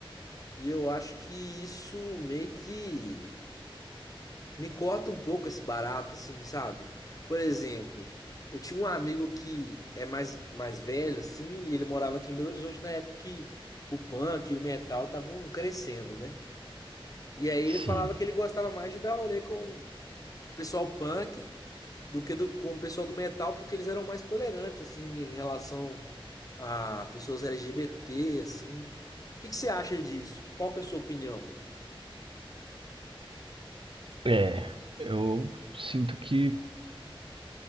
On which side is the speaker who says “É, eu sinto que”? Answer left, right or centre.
Right